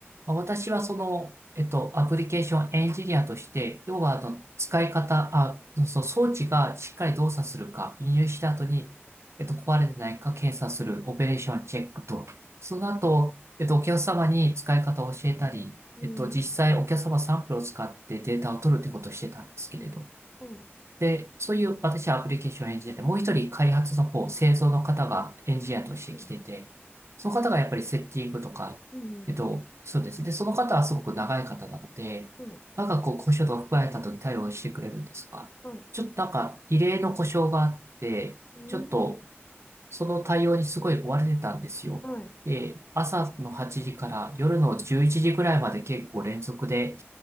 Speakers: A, on the right; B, on the left.
A: まあ、私はその、えっと、アプリケーションエンジニアとして、要はあの、使い方、あ、その装置がしっかり動作するか、輸入した後に、えっと、壊れてないか検査するオペレーションチェックと、その後、えっと、お客様に使い方を教えたり、
B: うん。
A: えっと、実際お客様サンプルを使ってデータを取るってことをしてたんですけれど、
B: うん。はい。
A: で、そういう私はアプリケーションを演じてて、もう一人開発の方、製造の方がエンジニアとして来てて、
B: うん。
A: その方がやっぱりセッティングとか、
B: うん。
A: えっと、そうです。で、その方はすごく長い方なので、
B: はい。
A: なんかこう故障とか含まれた時対応してくれるんですが、
B: はい。
A: ちょっとなんか異例の故障があって、
B: うん。
A: ちょっとその対応にすごい追われてたんですよ。
B: はい。
A: で、朝の8時から夜の11時ぐらいまで結構連続で、